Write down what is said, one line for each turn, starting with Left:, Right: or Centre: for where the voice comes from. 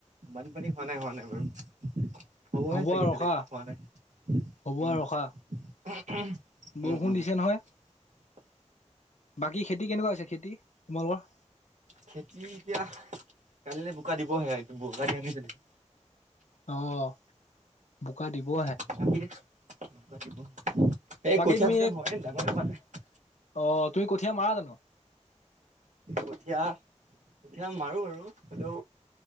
Right: বানপানী হোৱা নাই হোৱা নাই বাৰু। হ'বে
Left: হ'ব
Right: চাগে
Left: আৰু ৰখা
Right: বেলেগে, হোৱা নাই,
Left: হ'ব
Right: উম।
Left: আৰু ৰখা
Right: উম-উম,
Left: বৰষুণ
Right: উ-উ।
Left: দিছে নহয় বাকী খেতি কেনেকুৱা হৈছে, খেতি তোমালোকৰ।
Right: খেতি এতিয়া, কালিলে বোকা দিবহে, বোকা দিয়া নাই এতিয়ালৈকে।
Left: অ' বোকা দিবে
Right: <unintelligible>
Left: বাকী তুমি অ, তুমি কঠীয়া মাৰা জানো।
Right: কঠীয়া- কঠীয়া মাৰো বাৰু কিন্তু